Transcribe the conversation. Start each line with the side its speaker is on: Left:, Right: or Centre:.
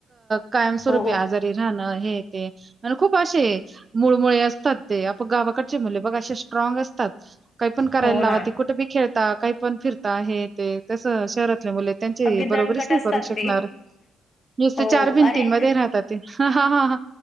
Right: कायमस्वरूपी
Left: हो
Right: आजारी ह ना हे ते म्ह खूप असे मुळ मुळे असतात ते आप गावाकडचे मुले बघ असे स्ट्रॉंग असतात. काही पण करायला
Left: हो
Right: लाव
Left: ना
Right: त कुठे बी खेळता काही पण फिरता आहे ते तसं शहरातले मुले त्यां
Left: अगदी दणकट
Right: बरोबरीच नाही
Left: असतात
Right: करू शकणार
Left: ते
Right: नुसते
Left: हो
Right: चार भिंतीन
Left: अरे
Right: मध्ये राहतात. हा हा हा